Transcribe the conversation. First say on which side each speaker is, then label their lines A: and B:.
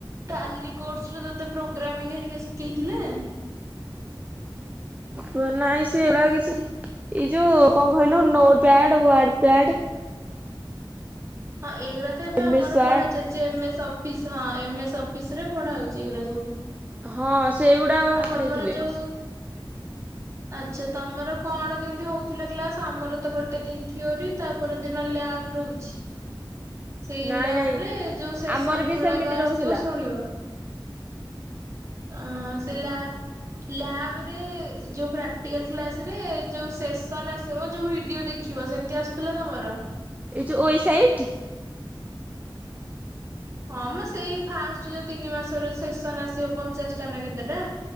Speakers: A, on the right (about 35°); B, on the right (about 20°).
A: ଟାଲି କୋର୍ସର ତତେ ପ୍ରୋଗ୍ରାମିଂ ହେରିକା ଶିଖେଇଥିଲେ?
B: ୱ ନାହିଁ ସେ ଗୁଡା କିଛି ଏଇ ଯୋଉ କଣ କହିଲୁ ନୋ ପ୍ୟାଡ ୱାର୍ଡ ପ୍ୟାଡ
A: ହଁ ଏଗୁରା ତ ଏବେ
B: ଏମ
A: ଆମ
B: ଏସ ୱାର୍ଡ
A: ପଢା ଚାଲିଛି ଏମ ସ୍ପ୍ ଇସ୍ ହଁ ଏମ୍ ଏସ୍ ଅଫିସ ରେ ପଢା ହଉଛି ଏଗୁରା ସବୁ।
B: ହଁ ସେଗୁଡାକ
A: ଆଉ
B: ପଢେଇଥିଲେ।
A: ତମର ଯୋଉ ଆଚ୍ଛା ତମର କଣ କେମତି ହଉଥିଲା କ୍ଲାସ ଆମର ତ ଗୋଟେ ଦିନ ଥିଓରି ତାପର ଦିନ ଲ୍ଯା ଆବ ରହୁଚି। ସେଇ
B: ନାଇଁ
A: ଲ୍ଯାବରେ
B: ନାଇଁ
A: ଯୋଉ ସେସନ
B: ଆମର ବି
A: ଗୁଡାକ
B: ସେମିତି
A: ଆସିବ
B: ରହୁଥିଲା
A: ଶୁଣିବ। ଅହଁ ସେ ଲ୍ଯାବ୍ ଲ୍ଯାବରେ ଯୋଉ ପ୍ରାକ୍ଟିକାଲ କ୍ଲାସରେ ଯୋଉ ସେସନ ଆସିବ ଯୋଉ ଭିଡିଓ ଦେଖି ଡିଓ ସେମିତି ଆସୁଥିଲେ ତମର?
B: ଏ ଯୋଉ ୱସାଇଟ୍
A: ହଁ ମୁଁ ସେଇ ଫାଷ୍ଟ ଯୋଉ ତିନି ମାସର ସେସନ୍ ଆସିବ ପଚାଶ ଟା ନା କେତେଟା?